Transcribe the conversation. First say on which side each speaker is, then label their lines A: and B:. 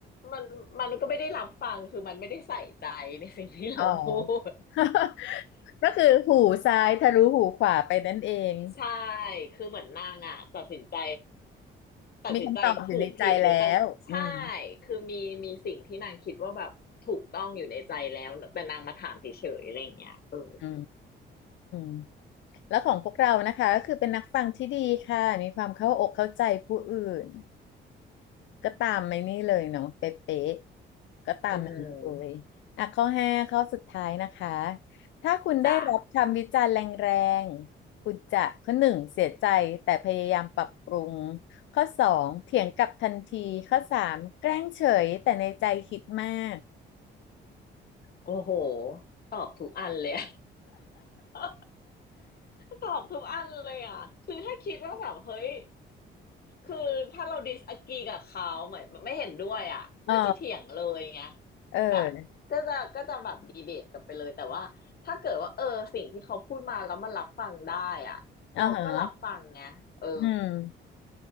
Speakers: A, on the left; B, on the left.
A: มันมันก็ไม่ได้รับฟังคือมันไม่ได้ใส่ใจในสิ่งที่เราพูด
B: อ๋อ <laughs> ก็คือหูซ้ายทะลุหูขวาไปนั่นเอง
A: <laughs> ใช่คือเหมือนนางอ่ะตัดสินใจตัดสินใจถูกผิดหรือแต่ใช่
B: มีคำตอบอยู่ในใจแล้วอืม
A: คือมีมีสิ่งที่นางคิดว่าแบบถูกต้องอยู่ในใจแล้วแต่นางมาถามเฉยๆอะไรอย่างเงี้ยเออ
B: อืมแล้วของพวกเรานะคะก็คือเป็นนักฟังที่ดีค่ะมีความเข้าอกเข้าใจผู้อื่นก็ตามในนี่เลยเนาะเป๊ะๆก็ตามนั้นเลยอ่ะข้อห้าข้อสุดท้ายนะคะ
A: อืม
B: ถ้าคุณได้รับคำวิจารณ์แรงๆคุณจะข้อหนึ่งเสียใจแต่พยายามปรับปรุง
A: จ้ะ
B: ข้อสองเถียงกลับทันทีข้อสามแกล้งเฉยแต่ในใจคิดมาก
A: โอ้โห ตอบทุกอันเลยอะ <laughs> ตอบทุกอันเลยอ่ะคือถ้าคิดว่าแบบ เฮ้ยคือถ้าเราดิสอ r ีกับเขาเหมือนไม่เห็นด้วยอ่ะก็จะเถียงเลยไง
B: อ๋อเออ
A: แบบก็จะก็จะแบบดีเบตกันไปเลยแต่ว่าถ้าเกิดว่าเออสิ่งที่เขาพูดมาแล้วมันรับฟังได้อ่ะเราก็รับฟังนะเออ
B: อ๋อเหรออืม